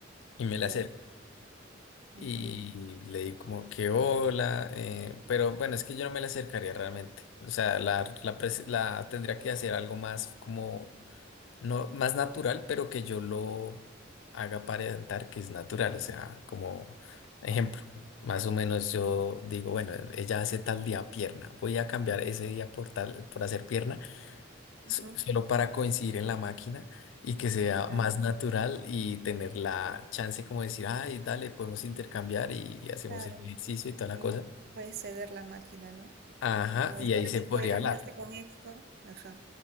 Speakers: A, on the left; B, on the right.
A: y me
B: ya.
A: la acerco
B: ujú,
A: Y le di como que hola, eh, pero bueno, es que yo no me la acercaría realmente. O sea, la, la, pres- la tendría que hacer algo más como, no, más natural, pero que yo lo haga aparentar que es natural. O sea, como ejemplo, más o menos yo digo, bueno, ella hace tal día pierna, voy a cambiar ese día por tal, por hacer pierna so-
B: ujú,
A: solo para coincidir en la máquina y que sea
B: claro,
A: más natural y tener la chance como de decir, ay, dale, podemos intercambiar y, y hacemos
B: claro.
A: el ejercicio y toda la
B: Ahí
A: cosa.
B: le puedes ceder la máquina, ¿no?
A: Ajá,
B: O decirle,
A: y ahí se
B: tipo,
A: podría
B: ya terminaste
A: hablar.
B: con esto. Ajá,